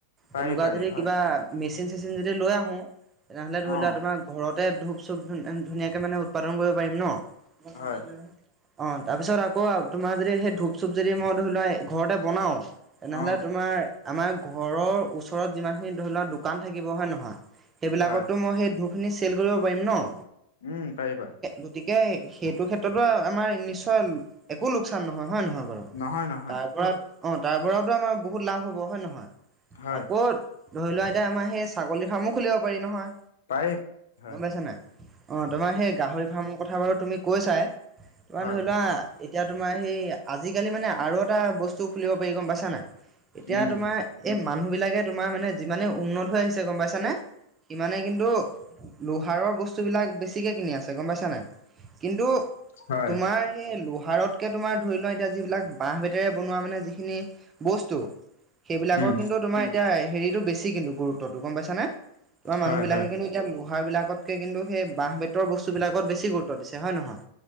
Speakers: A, on the left; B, on the right.
A: পাৰি
B: তেনেকুৱা
A: পাৰি
B: যদি
A: হয়
B: কিবা মেচিন চেচিন যদি লৈ আহোঁ তেনেহ'লে
A: অ',
B: ধৰি লোৱা তোমাৰ ঘৰতে ধূপ-চূপ ধুনীয়াকে মানে উৎপাদন কৰিব পাৰিম ন। অ',
A: হয়
B: তাৰ পিছত আকৌ তোমাৰ যদি সেই ধূপ চুপ যদি মই ধৰি লোৱা এই ঘৰতে বনাওঁ তেনেহ'লে
A: অ',
B: তোমাৰ আমাৰ ঘৰৰ ওচৰত যিমানখিনি ধৰি লোৱা দোকান থাকিব হয় নহয়, সেইবিলাকতো
A: হয়
B: মই সেই ধূপ আপুনি চেল কৰিব পাৰিম ন'
A: উম, পাৰিবা
B: গতিকে গতিকে সেইটো ক্ষেত্ৰতো আমাৰ নিশ্চয় একো লোকচান নহয়, হয় নহয় বাৰু?
A: নহয় ন
B: তাৰপৰা অ' তাৰপৰাওতো আমাৰ বহুত লাভ হ'ব হয় নহয়?
A: হয়।
B: আকৌ ধৰি লোৱা এতিয়া আমাৰ সেই ছাগলী ফাৰ্মো খুলিব পাৰি নহয়।
A: পাৰি হয়
B: গম পাইছ নাই? অ' তোমাৰ সেই গাহৰি ফাৰ্মৰ কথা বাৰু তুমি কৈছাই। তোমাৰ
A: হয়
B: ধৰি লোৱা এতিয়া তোমাৰ সেই আজিকালি মানে আৰু এটা বস্তু খুলিব পাৰি গম পাইছা নাই? এতিয়া
A: উম
B: তোমাৰ এই মানুহবিলাকে তোমাৰ মানে যিমানে উন্নত হৈ আহিছে গম পাইছানে, সিমানে কিন্তু লোহাৰৰ বস্তুবিলাক বেছিকে কিনি আছে গম পাইছা নাই? কিন্তু
A: হয়
B: তোমাৰ সেই লোহাৰতকে তোমাৰ ধৰি লোৱা এতিয়া যিবিলাক বাঁহ বেত হাতেৰে মানে যিখিনি বস্তু সেইবিলাকৰ
A: উম
B: কিন্তু তোমাৰ এতিয়া হেৰিটো বেছি কিন্তু গুৰুত্বটো গম পাইছ নে? তোমাৰ
A: হয়
B: মানুহবিলাকে
A: হয়
B: কিন্তু এতিয়া লোহাৰবিলাকতকে কিন্তু সেই বাঁহ বেতৰ বস্তুবিলাকত বেছি গুৰুত্ব দিছে হয় নহয়?